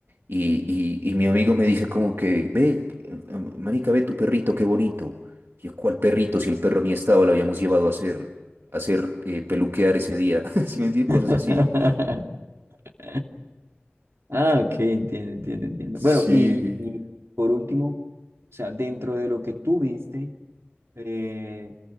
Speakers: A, on the right; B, on the right.
A: Y, y- y mi amigo me dice como que, ve, eh, marica, ve tu perrito, qué bonito. Y yo, ¿cuál perrito? Si el perro ni estaba, lo habíamos llevado a hacer, a hacer eh, peluquear ese día. <laughs> Si me entiendes?
B: <laughs>
A: Cosas así.
B: Ah, ok, entiendo, entiendo, entiendo.
A: Sí.
B: Bueno, y, y por último, o sea, dentro de lo que tú viste, eh,